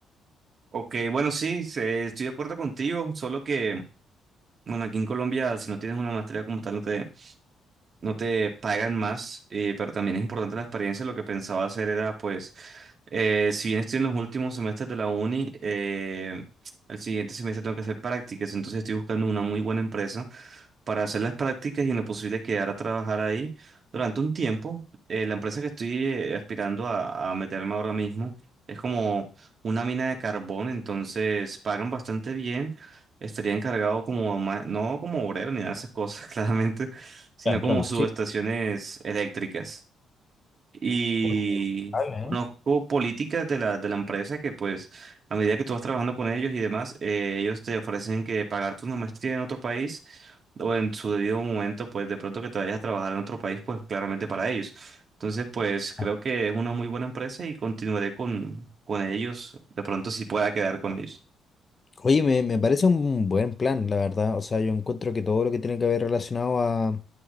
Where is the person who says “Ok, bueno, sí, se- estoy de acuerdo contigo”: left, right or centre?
Right